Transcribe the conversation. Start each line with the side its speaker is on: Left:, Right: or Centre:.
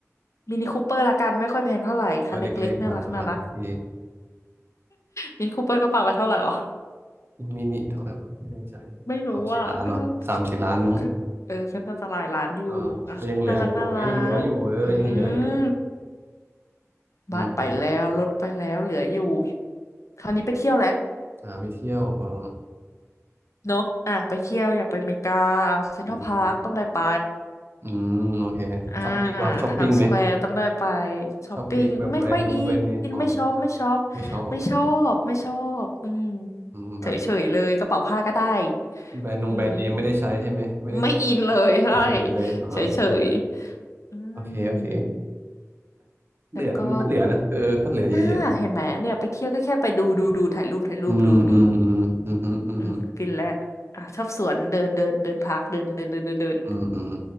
Left: มินิคูเปอร์ละกันไม่ค่อยแพงเท่าไหร่คันเล็กๆน่ารักน่ารัก
Right: รถเล็กๆอ่าโอเค
Left: มินิคูเปอร์กระเป๋าไปเท่าไหร่หรอ
Right: มินิเท่าไหร่วะไม่แน่ใจ
Left: ไม่รู้อ่ะก็น่า
Right: สามสี่ล้านวะสามสี่ล้านมั้ง
Left: ก็เออก็น่าจะหลายล้านอยู่อ่ะน่ารักน่ารักอื
Right: เออก็ยังเหลืออยู่เอ้ยยังเหลืออยู่เออยังเหลืออยู่
Left: ม
Right: อืมอม
Left: บ้านไปแล้วรถไปแล้วเหลืออยู่คราวนี้ไปเที่ยวแหละ
Right: อ่าไปเที่ยวอ๋อ
Left: เนอะอ่ะไปเที่ยวอยากไปอเมริกาเซ็นทรัลพาร์คต้องได้ไป
Right: อืมอืมโอเคช้อปปิ้งวะช้อปปิ้งไหม
Left: อ่าไทม์สแควร์ต้องได้ไปช้อปปิ้งไม่ค่อยอิ
Right: ชอบปิ๊กแบบแบรนด์นงแบรนด์เนมอ๋อไม่
Left: นไม่ชอบไม่ชอบ
Right: ไม่ชอบเหรอ
Left: ไม่ชอบไม่ชอบอืม
Right: อืมแบบ
Left: เฉยๆเลยกระเป๋าผ้าก็ได้
Right: แบรนด์นงแบรนด์เนมไม่ได้ใช้ใช่ไหมไม่ได้ติด
Left: อืมไม่อินเลยใช่
Right: ไม่อิดเลยอ๋อโอเค
Left: เฉย อืม
Right: โอเคโอเคเหลือมันก็เหลือนะเออก็เหลือเยอะแยะ
Left: แล้วก็อ่าเห็นไหมเนี่ยไปเที่ยวก็แค่ไปดูดูดูถ่ายรูปถ่ายรูปดูดู
Right: อืมอืมอืมอืมอืมอืม
Left: อืมฟินแล้วอ่ะชอบสวนเดินเดินเดินพาร์คเดินเดินเดินเดินเดิน
Right: อืม